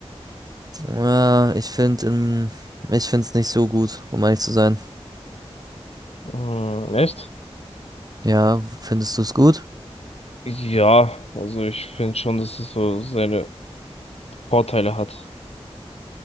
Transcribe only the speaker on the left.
Hm, echt?
Ja, also ich finde schon, dass es so seine Vorteile hat.